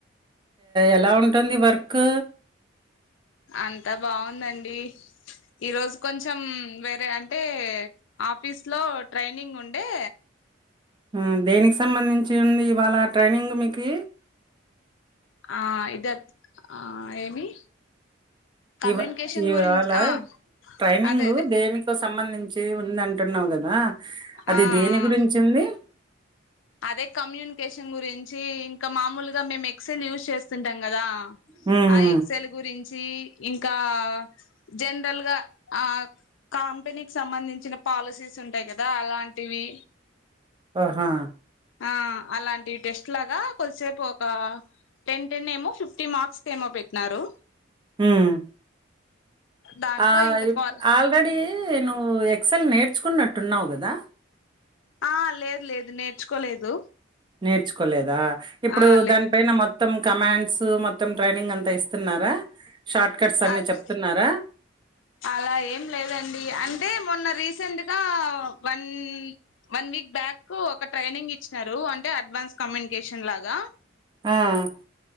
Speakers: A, on the right; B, on the left.
A: ఎలా ఉంటుంది వర్క్
B: అంతా బాగుందండి ఈరోజు కొంచెం వేరే అ అంటే ఆఫీస్ లో ట్రైనింగ్ ఉండే
A: ఆ దేనికి సంబంధించి ఉంది ఇవాళ ట్రైనింగ్ మీకు
B: ఆ ఇగద్ ఆ ఏమి? కమ్యూనికేషన్
A: ఇవ్ ఇవాళ
B: గురించి ఆ
A: ట్రైనింగ్
B: అదే అదే
A: దేనికో సంబంధించి చి ఉంది అంటున్నావు కదా అది
B: ఆ
A: దేని గురించి
B: ఆ
A: ఉంది
B: అదే కమ్యూనికేషన్ గురించి ఇంకా మామూలుగా మేము ఎక్సెల్ యూస్ చేస్తుంటాం కదా
A: హుహు.
B: ఆ ఎక్సెల్ గురించి ఇంకా జనరల్ గా ఆ కంపెనీకి సంబంధించిన పాలసీస్ ఉంటాయి కదా అలాంటివి
A: ఆహా!
B: ఆ అలాంటివి టెస్ట్ లాగా కొద్దిసేపు ఒక టెన్, టెన్ ఏమో ఫిఫ్టీ మార్క్స్ ఏమో పెట్టినన్నారు.
A: ఉమ్
B: దాంట్లో
A: ఆ
B: ఇంకా
A: యు
B: కాల్
A: ఆల్రెడీ నువ్వు ఎక్సెల్ నేర్చుకున్నట్టున్నావు కదా
B: ఆ లేదు లేదు నేర్చుకోలేదు.
A: నేర్చుకోలేదా ఇప్పుడు
B: ఆ లేదండి
A: దానిపైన మొత్తం కమాండ్స్ మొత్తం ట్రైనింగ్ అంత ఇస్తున్నారా? షార్ట్ కట్స్ అన్ని
B: అ
A: చెప్తున్నారా?
B: అలా ఏం లేదండి అంటే మొన్న రీసెంట్గా వన్ వన్ వీ వీక్ బ్యాక్ ఒక ట్రైనింగ్ ఇచ్చినారు. అంటే అడ్వాన్స్ కమ్యూనికేషన్ లాగా
A: ఉమ్